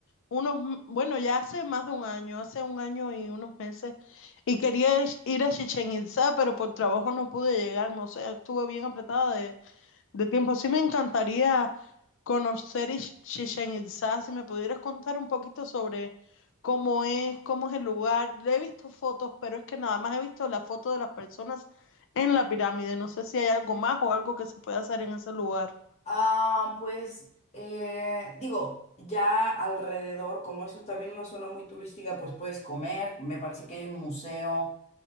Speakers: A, on the left; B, on the left.
A: unos, m- bueno, ya hace más de un año, hace un año y unos meses, y quería ish- ir a Chichén Itzá, pero por trabajo no pude llegarme, o sea, estuve bien apretada de, de tiempo. Sí me encantaría conocer Ish- Chichén Itzá. Si me pudieras contar un poquito sobre cómo es, cómo es el lugar. Yo he visto fotos, pero es que nada más he visto la foto de las personas en la pirámide. No sé si hay algo más o algo que se puede hacer en ese lugar.
B: Ah, pues, eh, Digo, ya alrededor, como es un- también una zona muy turística, pues puedes comer, me parece que hay un museo,